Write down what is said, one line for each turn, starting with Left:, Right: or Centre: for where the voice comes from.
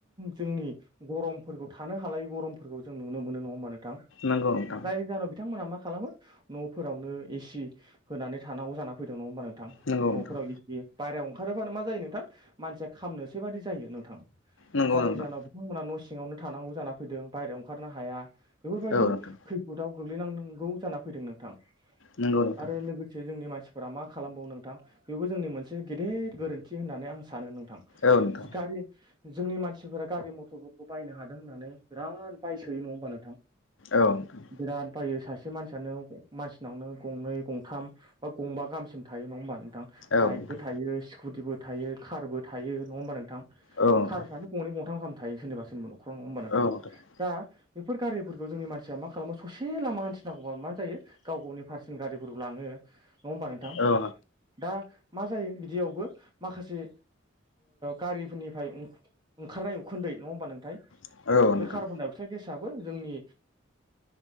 Right: जोंनि गरमफोरखौ थानो हालायै गरमफोरखौ जों नुनो मोनो नङा होमबा‌ नों थां
Left: नंगौ नोंथां
Right: जायनि जाहोनाव बिथांमोना मा खालामो न'फोरावनो एसि होनानै थानांगौ जाना फैदों नङा होमबा नोंथां
Left: नंगौ
Right: न'फोराव
Left: नोंथां
Right: इसे बायह्रायाव ओंखारोब्लानो मा जायो नोंथां मानसिया खामनोसै बादि जायो नोंथाङा
Left: नंगौ
Right: जायनि
Left: नोंथां
Right: जाहोनाव बिथांमोना न' सिङावनो थानांगौ जाना फैदों बायह्रायाव ओंखारनो हाया बेफोरबायदि
Left: औ नोंथां
Right: खैफोदाव गोग्लैनांगौ जाना फैदों नोंथां
Left: नंगौ नोंथां
Right: आरो लोगोसे जोंनि मानसिफोरा मा खालामबावो नों थां बेबो जोंनि मोनसे गेदेर गोरोन्थि होननानै आं सानो नोंथां
Left: औ नोंथां
Right: गारि जोंनि मानसिफोरा गारि मथरफोरखौ बायनो हादों होननानै बिराद बायसोयो नङा होमबा नोंथां
Left: औ नोंथां
Right: बिराद बायो सासे सासे मानसियानो मानसिनावनो गंनै गंथाम बा गंबा गाहामसिम थायो नङा होमबा नोंथां
Left: औ
Right: बाइकबो
Left: नोंथां
Right: थायो स्कुटिबो थायो कारबो थायो नङा होमबा नोंथां
Left: औ नोंथां औ नोंथां
Right: कारफ्रानो गंनै गंथामाम थायो सोरनिबा सोरनिबा न'खराव नङा होमबानोा थाङा
Left: औ नोंथां
Right: दा बेफोर गारिफोरखौ जोंनि मानसिया मा खालामो ससे लामा हान्थिनांगौबा मा जायो गाव गावनि पार्सनेल गारिफोरखौ लाङो नङा होमबा नोंथां
Left: औ
Right: दा मा जायो बिदियावबो माखासे गारिफोरनिफ्राय ओंखारनाय उखुदै नङा होमबा नोंथाय
Left: नोंथां
Right: बे कार्डनडाइ अक्षाइद गेस सबो जोंनि